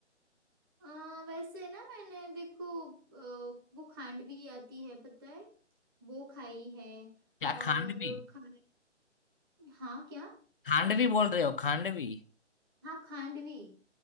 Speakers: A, on the right (about 20°); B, on the left (about 50°).
A: आ, वैसे ना मैंने देखो अ, वो खांडवी आती है पता है वो खाई है
B: क्या
A: और
B: खांडवी
A: खा हाँ क्या
B: खांडवी बोल रहे हो खांडवी
A: हाँ खांडवी